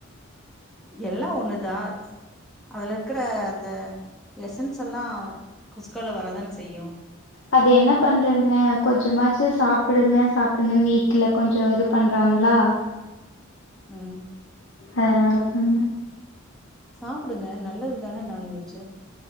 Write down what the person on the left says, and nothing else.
அது என்ன பண்றதுங்க கொஞ்சமாச்சி சாப்புடுங்க சாப்புடுங்கன்னு வீட்ல கொஞ்சோ இது பண்றாங்ளா
அதனாலதாங்க